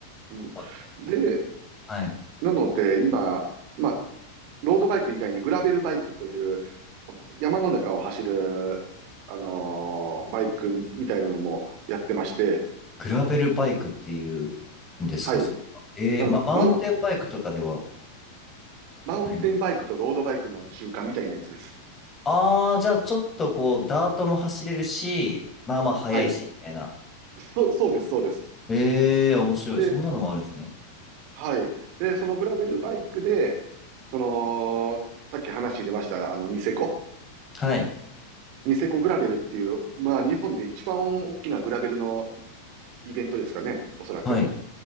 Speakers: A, on the right; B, on the left.
A: うん。
B: ま
A: で、
B: はい。
A: なので今、まあ、ロードバイク以外にグラベルバイクという山の中を走る、あのーバイクみたいなのもやってまして、
B: グラベルバイクっていうんですか、
A: はい。
B: それは。えー、
A: うん。
B: ま、マウンテンバイクとかでは
A: マウン、マウンテンバイクとロードバイクの中間みたいなやつです。
B: ないね。ああ、じゃあちょっとこう、ダートも走れるし、まあまあ速いし、
A: はい。
B: みたいな。
A: そう、そうです、そうです。
B: ええー、面白い。
A: で、
B: そんなのもあるんですね。
A: はい。で、そのグラベルバイクで、その、さっき話に出ました、あの、ニセコ。
B: はい。
A: ニセコグラベルっていう、まあ、日本で一番大きなグラベルのイベントですかね、おそらく。
B: はい。